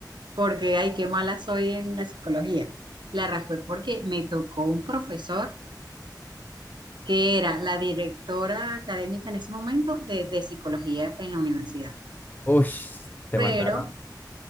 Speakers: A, on the right (about 85°); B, on the left (about 25°).
A: porque, ay, qué mala soy en la psicología. La raspé porque me tocó un profesor que era la directora académica en ese momento de, de psicología en la universidad.
B: Ush, te
A: Pero,
B: mandaron.